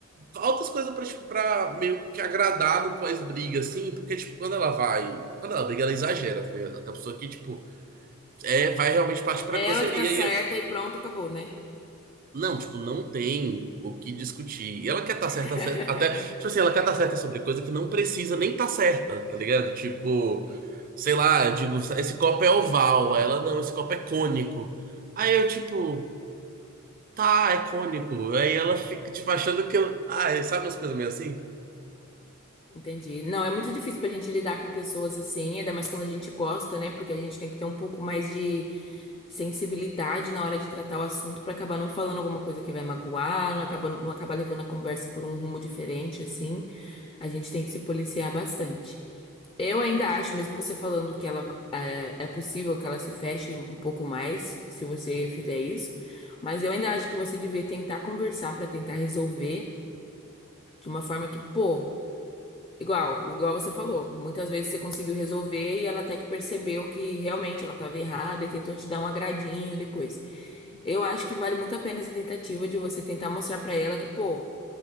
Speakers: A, on the right; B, on the left.
A: altas coisas pra, tipo, pra meio que agradar no pós-briga, assim, porque, tipo, quando ela vai. Quando ela briga, ela exagera, tá ligado? A pessoa que, tipo, é, vai realmente parte pra
B: É
A: grosseria
B: ela que tá certa e pronto, acabou, né?
A: não, tipo, não tem o que discutir. E ela quer estar
B: <laughs>
A: certa, cer- até, tipo assim, ela quer estar certa sobre coisa que não precisa nem estar certa, tá ligado? Tipo, sei lá, eu digo, esse copo é oval, aí ela não, esse copo é cônico. Aí eu, tipo, tá, é cônico. Aí ela fica, tipo, achando que eu. Ah, sabe umas coisas meio assim?
B: Entendi. Não, é muito difícil pra gente lidar com pessoas assim, ainda mais quando a gente gosta, né? Porque a gente tem que ter um pouco mais de sensibilidade na hora de tratar o assunto pra acabar não falando alguma coisa que vai magoar, não acabar, não acabar levando a conversa por um rumo diferente, assim. A gente tem que se policiar bastante. Eu ainda acho, mesmo você falando que ela é, é possível que ela se feche um pouco mais se você fizer isso, mas eu ainda acho que você devia tentar conversar pra tentar resolver de uma forma que, pô, igual, igual você falou, muitas vezes você conseguiu resolver e ela até que percebeu que realmente ela estava errada e tentou te dar um agradinho depois. Eu acho que vale muito a pena essa tentativa de você tentar mostrar pra ela que, pô,